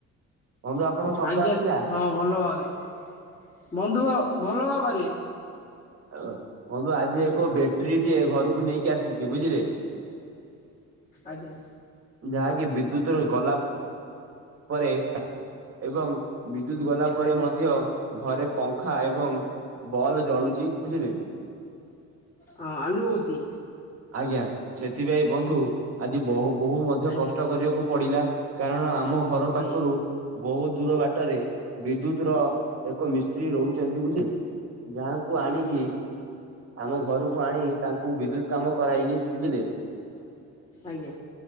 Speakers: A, on the right; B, on the left.
A: ବନ୍ଧୁ ଆପଣଙ୍କ ଶବ୍ଦ
B: ଆଜ୍ଞା
A: ଆସିଲା
B: ହଁ ଭଲ ବାଗେରେ ବନ୍ଧୁ ବ ଭଲ ଭାବରେ।
A: ଅ ବନ୍ଧୁ ଆଜି ଏକ ବେଟ୍ରି ଟିଏ ଘରକୁ ନେଇକି ଆସିଛି ବୁଝିଲେ
B: ଆଜ୍ଞା।
A: ଯାହାକି ବିଦ୍ୟୁତ ର ଗଲା ପରେ ଏବଂ ବିଦ୍ୟୁତ ଗଲା ପରେ
B: ଆଜ୍ଞା
A: ମଧ୍ୟ ଘରେ ପଙ୍ଖା ଏବଂ ବଲ୍ ଜଳୁଛି ବୁଝିଲେ।
B: ହଁ ଆଲୁଅବତି।
A: ଆଜ୍ଞା ସେଥିପାଇଁ ବନ୍ଧୁ ଆଜି ବହ ବୋହୁ ମଧ୍ୟ
B: ଆଜ୍ଞା
A: କଷ୍ଟ କରିବାକୁ ପଡ଼ିଲା। କାରଣ ଆମ ଘର
B: ଆଜ୍ଞା
A: ପାଖରୁ ବହୁତ ଦୂର ବାଟରେ ବିଦ୍ୟୁତ ର ଏକ ମିସ୍ତ୍ରୀ ରହୁଛନ୍ତି ବୁଝିଲେ ଯାହାକୁ ଆଣିକି
B: ଆଜ୍ଞା
A: ଆମ ଘରକୁ ଆଣି ତାଙ୍କୁ ବିଦ୍ୟୁତ କାମ କରାଇଲି ବୁଝିଲେ
B: ଆଜ୍ଞା।